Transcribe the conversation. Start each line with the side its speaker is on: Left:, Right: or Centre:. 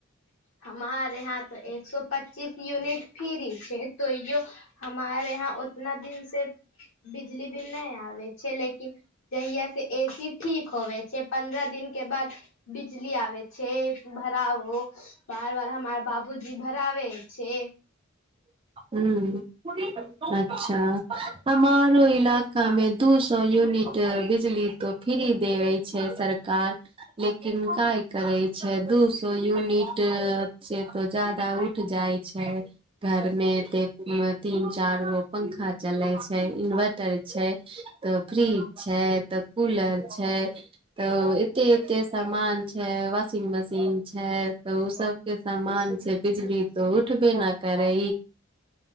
Left: हमारे यहाँ तऽ एक सए पच्चीस यूनिट फ्री छै तो यो हमारे यहाँ उतना दिन से बिजली बिल नहि आवाई छैले जहिया से ए सी ठीक होवे छै पन्द्रह दीन के बाद बिजली आबै छै भरा हो बार बार हमर बाबूजी भराव छै
Right: हूं अच्छा हमारो इलाकामे दू सए यूनिट बिजली तो फ्री देबे छै सरकार लेकिन काय करै छै दू सए यूनिट से तो जादा उठ जाय छै घर मे एते तीन चार गो पंखा चले छै इन्वर्टर छै तऽ फ्रीज छै तऽ कूलर छै तऽ एते एते सामान छै वाशिंग मशीन छै तऽ ओ सबके सामान छै बिजली तऽ उठबे न करै